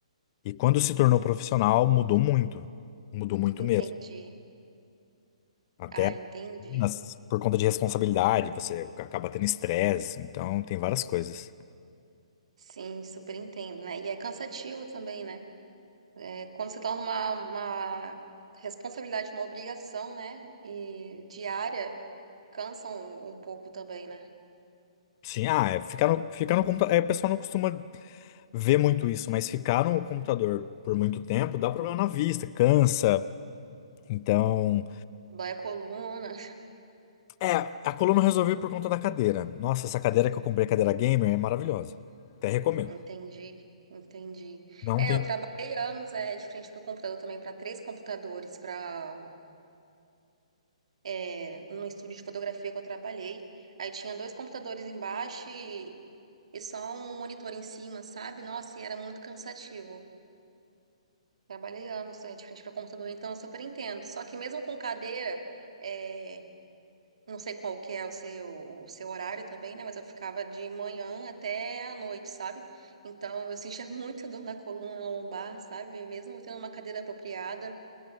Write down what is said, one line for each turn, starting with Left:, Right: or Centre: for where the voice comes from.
Left: E quando se tornou profissional, mudou muito. Mudou muito
Right: entendi.
Left: mesmo. Até
Right: Ah, entendi.
Left: Mas Por conta de responsabilidade, você acaba tendo estresse, então tem várias coisas.
Right: Sim, super entendo, né? E é cansativo também, né? É, quando se torna uma, uma responsabilidade, uma obrigação, né? E diária, cansa um, um pouco também, né?
Left: Sim, ah, é ficar no, ficar no computador. É, o pessoal não costuma ver muito isso, mas ficar no computador por muito tempo dá problema na vista, cansa. Então.
Right: Dói a coluna.
Left: É, a coluna eu resolvi por conta da cadeira. Nossa, essa cadeira que eu comprei, cadeira gamer, é maravilhosa. Até recomendo.
Right: <laughs> Entendi, entendi.
Left: Não
Right: É,
Left: tem.
Right: eu trabalhei anos é, de frente para o computador também, para três computadores, para é, no estúdio de fotografia que eu trabalhei. Aí tinha dois computadores embaixo e, e só um monitor em cima, sabe? Nossa, e era muito cansativo. Trabalhei anos aí de frente para computador, então eu super entendo. Só que mesmo com cadeira, é, não sei qual que é o seu, o seu horário também, né? Mas eu ficava de manhã até à noite, sabe? Então eu sentia <laughs> muita dor na coluna, na lombar, sabe? Mesmo tendo uma cadeira apropriada,